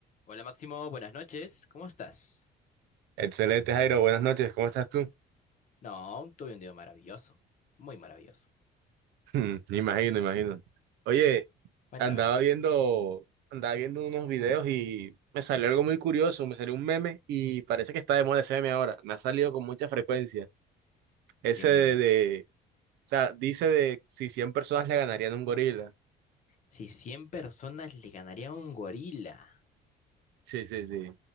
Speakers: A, on the left; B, on the right.
A: Hola Máximo, buenas noches, ¿cómo estás?
B: Excelente, Jairo. Buenas noches. ¿Cómo estás tú? <laughs>
A: No, tuve un día maravilloso, muy maravilloso.
B: Hmm, Imagino, imagino. Oye,
A: Cuéntame,
B: andaba viendo, andaba viendo unos videos y me salió algo muy curioso. Me salió un meme y parece que está de moda ese meme ahora. Me ha salido con mucha frecuencia. Ese
A: qué meme.
B: de, de- o sea, dice de si 100 personas le ganarían a un gorila.
A: Si cien personas le ganarían a un gorila.
B: Sí, sí, sí.